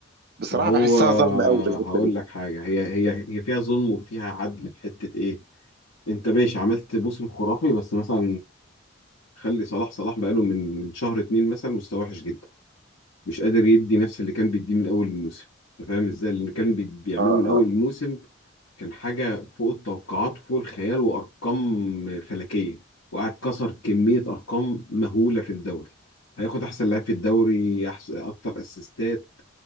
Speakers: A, on the right; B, on the left.
A: بصراحه
B: ما هو
A: بحسها
B: آه،
A: ظلم قوي في الحته
B: هقول
A: دي
B: لك حاجه هي هي هي فيها ظلم وفيها عدل في حته ايه انت ماشي عملت موسم خرافي بس مثلا خلي صلاح صلاح بقاله من من شهر اتنين مثلا مستواه وحش جدا مش قادر يدي نفس اللي كان بيديه من اول الموسم انت فاهم ازاي اللي كان بي- بيعمله
A: اه
B: من
A: اه
B: اول الموسم كان حاجه فوق التوقعات وفوق الخيال وارقام فلكيه وقعد كسر كميه ارقام مهوله في الدوري هياخد احسن لاعب في الدوري احسن اكتر اسيستات